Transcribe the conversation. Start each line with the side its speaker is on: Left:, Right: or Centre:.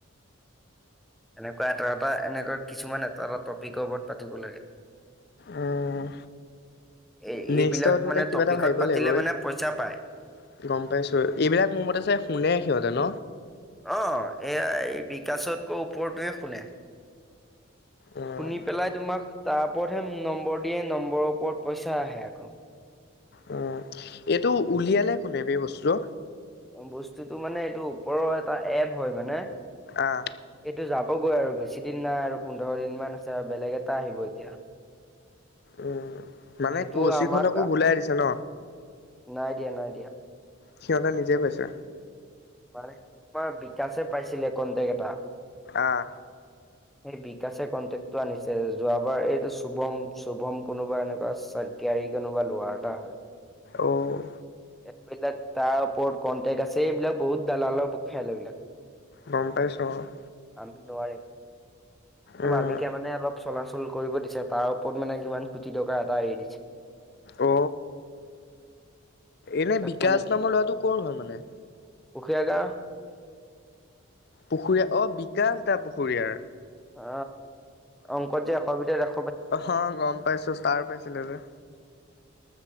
Centre: এনেকুৱা এটা এটা এনেকুৱা কিছুমান এটা এটা টপিকৰ ওপৰত পাতিব লাগে।
Left: উম
Centre: এই
Left: নেক্সট
Centre: এইবিলাক
Left: ত মানে কিবা
Centre: টপিকত
Left: এটা ভাবিব
Centre: পাতিলে
Left: লাগিবই
Centre: মানে
Left: ৰে
Centre: পইচা পায়।
Left: গম পাইছো এইবিলাক মোৰ মতে যে শুনে সিহঁতে ন।
Centre: অ এইয়া এই বিকাশতকৈ ওপৰটোৱে শুনে।
Left: উম
Centre: শুনি পেলাই তোমাক। তাৰ ওপৰতহে নম্বৰ দিয়ে নম্বৰৰ ওপৰত পইচা আহে আকৌ।
Left: উম এইটো উলিয়ালে কোনে বে বস্তুটো।
Centre: বস্তুটো মানে এইটো ওপৰৰ এটা এপ হয় মানে
Left: আহ
Centre: এইটো যাবগৈ আৰু বেছি বেছি দিন নাই আৰু পোন্ধৰ দিন মান আছে আৰু বেলেগ এটা আহিব এতিয়া।
Left: উ মানে
Centre: সেইটো
Left: কচিকহত
Centre: আমাক
Left: কো ওলাই দিছে ন।
Centre: নাই দিয়া নাই দিয়া।
Left: সিহঁতে নিজে পাইছে।
Centre: মানে তোমাৰ বিকাশে পাইছিলে কনটেক এটা
Left: আহ
Centre: স বিকাশে কনটেকটো আনিছে যোৱাবাৰ এইটো শুভম শুভম কোনোবা এনেকুৱা কেয়াৰি কোনোবা লোৱাৰ এটা হয়।
Left: অ'
Centre: এইবিলাক তাৰ ওপৰত কণ্টেক্ট আছে এইবিলাক বহুত দালালৰ খেল এইবিলাক।
Left: গম পাইছোঁ অ'।
Centre: আমি নোৱাৰি
Left: উম,
Centre: মালিকে মানে অলপ চলাচল কৰিব দিছে তাৰ ওপৰত মানে কিমান কোটি টকা এটা এৰি দিছে।
Left: অ এনে
Centre: তাক
Left: বিকাশ
Centre: মানে
Left: নামৰ ল'ৰাটো কৰ হয় মানে।
Centre: পুখুৰীয়া
Left: পুখুৰীয়া অ বিকাশ দা পুখুৰীয়াৰ।
Centre: অ অংকত যে এশবিধখ
Left: আহ গম পাইছো ষ্টাৰ পাইছিলে যে